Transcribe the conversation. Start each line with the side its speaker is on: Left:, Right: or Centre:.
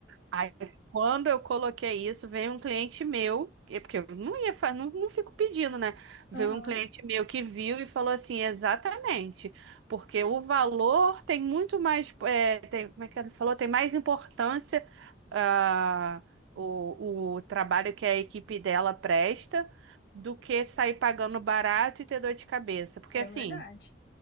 Right: Aí, quando eu coloquei isso, veio um cliente meu, e- porque eu não ia, fa- não, não fico pedindo, né? Veio
Left: Aham.
Right: um cliente meu que viu e falou assim, exatamente, porque o valor tem muito mais, é, tem, como é que ele falou? Tem mais importância, ah, o, o trabalho que a equipe dela presta do que sair pagando barato e ter dor de cabeça. Porque
Left: É
Right: assim,
Left: verdade.